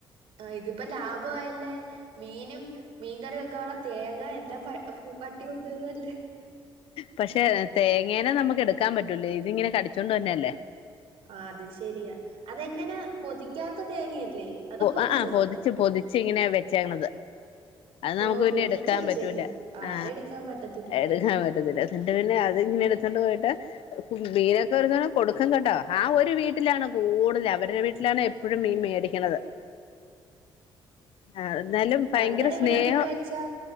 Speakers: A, on the right; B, on the left.
A: ആ ഇതിപ്പോ ലാഭയല്ലേ മീനും മീൻകറി വെക്കാനുള്ള തേങ്ങ എല്ലാം പ പട്ടി കൊണ്ടുവരുുംല്ലേ
B: പക്ഷേ തേങ്ങേനെ നമുക്ക് എടുക്കാൻ പറ്റൂലേ ഇതി ഇങ്ങനെ കടിച്ചൊണ്ട് തന്നെയല്ലേ
A: ആഹ് അത് ശരിയാ അതെങ്ങനെ പൊതിക്കാത്ത തേങ്ങയല്ലേ അതോ പൊതിച്ചതോ
B: ആ ആ പോദിച്ച പൊതിച്ച് ഇങ്ങനെയ വെച്ചേത് അത് നമുക്ക്
A: ഓഹ്
B: പിന്നെ
A: പൊതിച്ചു
B: എടുക്കാൻ
A: വെച്ചേക്കണ്
B: പറ്റൂില്ല
A: ആഹ്
B: ആ
A: അതെടുക്കാൻ പറ്റത്തില്ല
B: എടുക്കാൻ പറ്റത്തില്ല എന്നിട്ട് പിന്നെ അത് ഇങ്ങനെ എടുത്തണ്ട് പോയിട്ട് മീനൊക്കെ ഒരുരോ കൊടുക്കും കേട്ടോ ആ ഒരു വീട്ടിലാണ് കൂടുതൽ അവരുടെ വീട്ടിലാണ് എപ്പോഴും മീൻ മേടിക്കണത് ആ എന്നാലും ഭയങ്കര
A: നിങ്ങളുടെ ഇവിടെന്നൊക്കെ
B: സ്നേഹം
A: വെച്ചാ